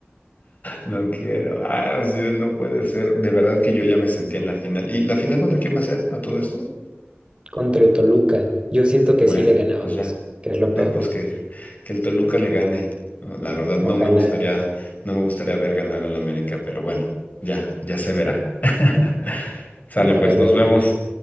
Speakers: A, on the left (about 45°); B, on the right (about 25°).
A: no quiero. Ah, así de no puede ser. De verdad que yo ya me sentía en la final. ¿Y la final contra quién va a ser a todo esto?
B: contra el Toluca? Yo siento que
A: Bueno,
B: sí le ganábamos,
A: pues ya.
B: que es lo
A: No,
B: peor.
A: pues que, que el Toluca le gane. No, La verdad,
B: Ojalá,
A: no me gustaría, no me gustaría ver ganar al América, pero bueno, ya, ya se verá. <laughs> Sale,
B: ojalá,
A: pues, nos
B: ojalá.
A: vemos.